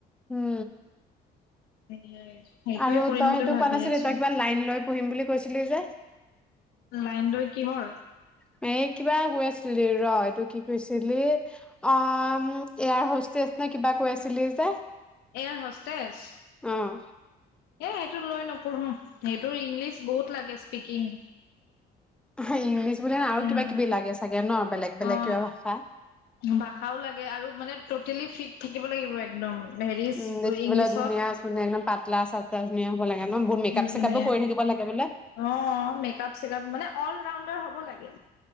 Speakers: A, in the centre; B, on the left.
A: উম।
B: সেইটোয়ে
A: আৰু
B: কৰিম
A: তই
B: বুলি
A: সেইটো
B: ভাবি
A: কোৱা নাছিলি,
B: আছো
A: তই কিবা লাইন লৈ পুম বুলি কৈছিলি যে?
B: লাইনটো কিহৰ?
A: ম এই কিবা গৈ আছিলো ৰ এইটো কি কৈছিলি অ এয়াৰ হোষ্টেচ নে কিবা কৈ আছিলি যে?
B: এয়াৰ হষ্টেছ
A: অ'।
B: এ সেইটো লৈ নপঢ়ো সেইটোৰ ইংলিছ বহুত লাগে স্পিকিং
A: হ ইংলিছ বুলি নহয় আৰু
B: উম
A: কিবা কিবি লাগে চাগে ন বেলেগ বেলেগ
B: অ
A: কিবা ভাষা
B: ভাষাও লাগে আৰু মানে ট'টেলি ফিট থাকিব লাগিব একদম হেৰি
A: উম দেখি
B: ইংলিছত
A: বোলে ধুনীয়া ধুনীয়া একদম পাতলা চাতলা ধুনীয়া হব লাগে ন বহুত মেকপ
B: ধুনীয়া
A: চেকাপো কৰি থাকিব লাগে বোলে?
B: অ মেকআপ চেকআপ মানে অল ৰাউণ্ডাৰ হ'ব লাগে